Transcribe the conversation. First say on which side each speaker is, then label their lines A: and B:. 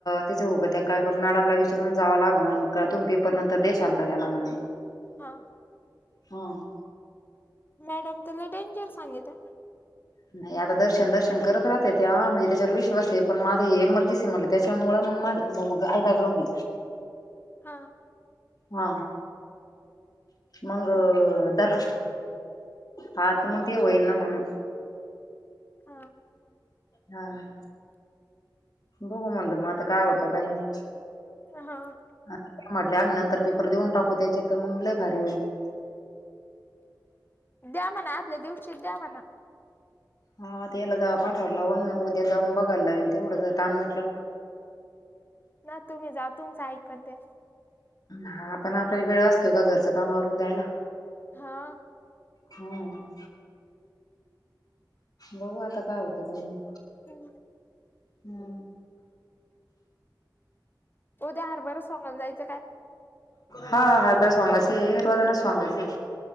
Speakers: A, on the left (about 55°); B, on the left (about 25°).
A: त्याच होऊ <unintelligible> काय करून मॅडमला विचरून जाव लागल का तुम्ही पेपर नंतर देशाल का त्याला म्हणून?
B: हां.
A: हां.
B: मॅडम तर डेंजर सांगित्या
A: नाही आता दर्शन दर्शन करत राहते त्या म्हणजे त्याच्यावर विश्वास आहे पण मग आता हे इमर्जन्सी मला त्याच्यामुळ मग माझ लो आयदाग लवंगी.
B: हां.
A: हा मंग दर हां त मग ते होईन ना म्हणून
B: हा
A: हां बघू म्हणल मग आता काय होत काही नाही.
B: हां.
A: आणि त्या म्हटल्या आम्ही नंतर पेपर देऊन टाकू त्याचे तर मग लय भारी होईल.
B: द्या म्हणा आदल्या दिवशीच द्या म्हणा.
A: हा आता याला जाव पाठवाव लागन उद्या जाऊन बघायला लागल तेवढ जर ताण मी
B: ना तुम्ही जा तुमच ऐकन ते.
A: ह आपण आपल्याला वेळ असतोय का घरच काम आवरून जायला.
B: हा
A: हां बघू आता काय होत का नाही.
B: हम्म
A: हम्म,
B: उद्या हरभरा सोंगायला जायच काय?
A: हां हरभरा सोंगायचय हे रोजानच सोंगायचय.